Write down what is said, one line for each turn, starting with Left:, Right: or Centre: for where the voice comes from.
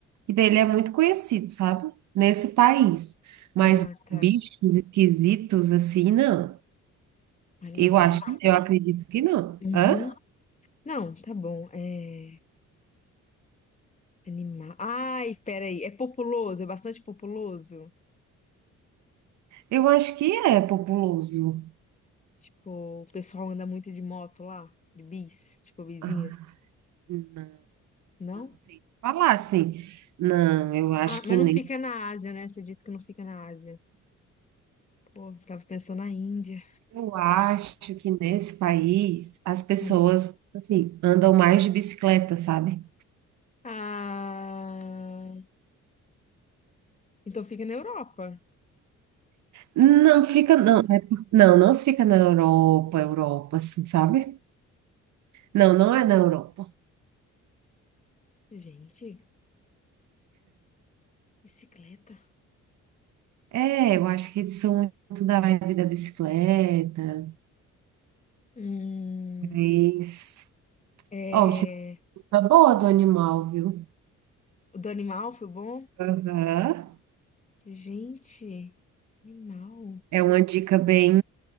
Right: e daí ele é muito conhecido, sabe? Nesse país. Mas
Left: Ah, tá,
Right: bichos esquisitos assim, não.
Left: animal.
Right: Eu acho, eu acredito que não.
Left: Uhum.
Right: Hã?
Left: Não, tá bom, é, animal. Ai, peraí, é populoso, é bastante populoso?
Right: Eu acho que é populoso.
Left: Tipo, o pessoal anda muito de moto lá, de bis, tipo bizinha.
Right: Ah, não,
Left: Não?
Right: não sei falar assim. Não, eu acho
Left: Ah,
Right: que
Left: mas
Right: nem.
Left: não fica na Ásia, né? Você disse que não fica na Ásia. Pô, tava pensando na Índia.
Right: Eu acho que nesse país as pessoas,
Left: Hum.
Right: assim, andam mais de bicicleta, sabe?
Left: Ah, então fica na Europa.
Right: Não fica, não, é por- não, não fica na Europa, Europa, assim, sabe? Não, não é na Europa.
Left: Gente, bicicleta.
Right: É, eu acho que eles são muito da vibe da bicicleta,
Left: Hum,
Right: mas...
Left: é,
Right: Ó, te dou uma boa do animal, viu?
Left: o do animal foi bom?
Right: Aham.
Left: Gente, animal.
Right: É uma dica bem